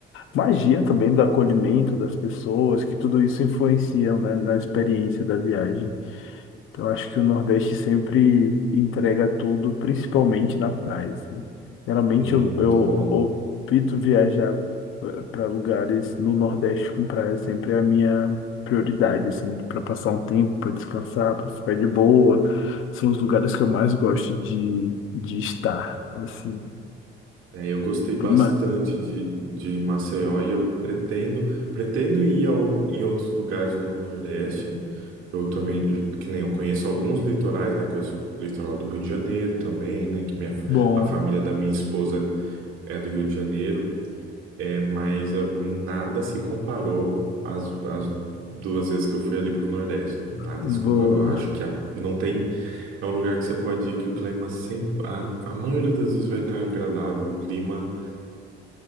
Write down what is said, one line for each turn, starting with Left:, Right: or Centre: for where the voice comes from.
Left: magia também do acolhimento das pessoas, que tudo isso influencia, né, na experiência da viagem. Então, eu acho que o Nordeste sempre entrega tudo, principalmente na praia, assim. Geralmente
Right: Sim,
Left: eu,
Right: muito
Left: eu
Right: bom.
Left: opto viajar para lugares no Nordeste com praia, sempre é a minha prioridade, assim, para passar um tempo, para descansar, para ficar de boa. São os lugares que eu mais gosto de, de estar, assim.
Right: É, eu gostei bastante
Left: Mas,
Right: de, de Maceió e eu pretendo, pretendo ir ao, em outros lugares no Nordeste. Eu também, que nem eu conheço alguns litorais, né? Conheço o litoral do Rio de Janeiro também, né? Que minha,
Left: bom,
Right: a família da minha esposa é do Rio de Janeiro, é, mas ah, nada se comparou às, às duas vezes que eu fui ali pro Nordeste. Nada
Left: boa,
Right: se comparou. Acho que a- não tem. É um lugar que você pode ir que o clima sempre. A, a maioria das vezes vai estar agradável o clima